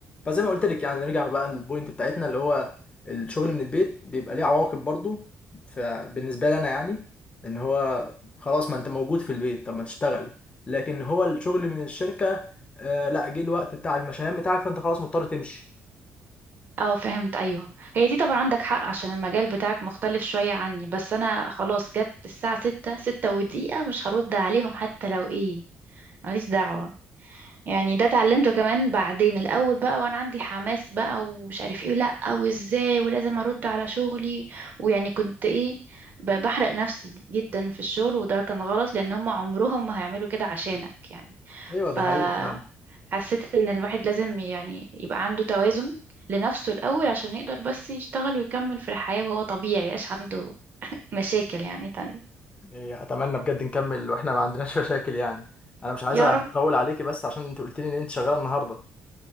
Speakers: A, on the left; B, on the right.
A: فزي ما قلت لك يعني نرجع بقى للبوينت بتاعتنا اللي هو الشغل من البيت بيبقى ليه عواقب برضو فبالنسبه لي انا يعني ان هو خلاص ما انت موجود في البيت طب ما تشتغل لكن هو الشغل من الشركه آه لا جه الوقت بتاع المشيان بتاعك فانت خلاص مضطر تمشي
B: اه فهمت أيوه هي دي طبعا عندك حق عشان المجال بتاعك مختلف شوية عني بس أنا خلاص جت الساعة ستة ستة ودقيقة مش هرد عليهم حتى لو ايه ماليش دعوة يعني ده اتعلمته كمان بعدين الاول بقى وانا عندي حماس بقى ومش عارف ايه لا وازاي ولازم ارد على شغلي ويعني كنت ايه ب- بحرق نفسي جدا في الشغل وده كان غلط لان هم عمرهم ما هيعملوا كده عشانك يعني
A: ايوه
B: ف
A: دي حقيقة فعلا
B: حسيت ان الواحد لازم يعني يبقى عنده توازن لنفسه الاول عشان يقدر بس يشتغل ويكمل في الحياة وهو طبيعي يبقاش عنده مشاكل يعني تانية
A: إيه، اتمنى بجد نكمل واحنا ما عندناش <laughs> مشاكل يعني انا مش عايز
B: يا
A: اطول
B: رب
A: عليكي بس عشان انت قلت لي ان انت شغاله النهارده